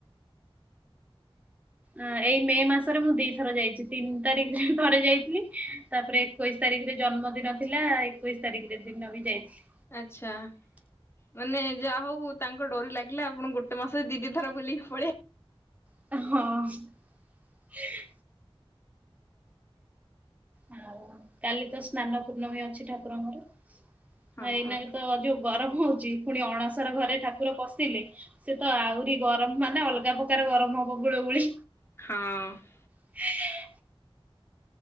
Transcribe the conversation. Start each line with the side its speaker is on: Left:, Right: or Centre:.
Right: ଆଁ ଏଇ ମେ ମାସରେ ମୁଁ ଦିଥର ଯାଇଛି ତିନି ତାରିଖ ରେ ଥରେ ଯାଇଥିଲି। ତାପରେ ଏକୋଇଶି ତାରିଖରେ ଜନ୍ମଦିନ ଥିଲା ଏକୋଇଶ ତାରିଖରେ ଦିନ ବି ଯାଇଥିଲି।
Left: ଆଛା। ମାନେ ଯା ହଉ ତାଙ୍କ ଡୋରି ଲାଗିଲା ଆପଣ ଗୋଟେ ମାସରେ ଦି ଦି ଥର ବୁଲିକି ପଳେଇ ଆଇ
Right: ହଁ। ଆଉ କାଲି ତ ସ୍ନାନ ପୂର୍ଣମୀ ଅଛି ଠାକୁରଙ୍କର ଆଉ
Left: ହଁ
Right: ଏଇନାକେ ତ ଯୋଉ। ଗରମ ହଉଛି ପୁଣି ଅଣସର ଘରେ ଠାକୁର ପଶିଲେ। ସେ ତ ଆହୁରି ଗରମ ମାନେ ଅଲଗା ପ୍ରକାର ଗରମ ହବ ଗୁଳ ଗୁଳି।
Left: ହଁ।
Right: <unintelligible>